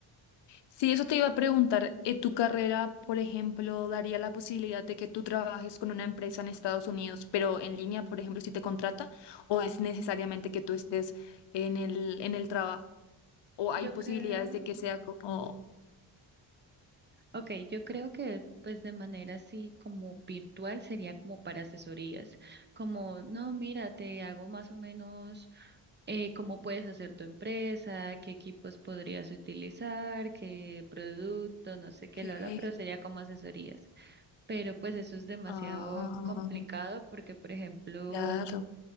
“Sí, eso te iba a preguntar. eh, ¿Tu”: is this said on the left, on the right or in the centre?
Left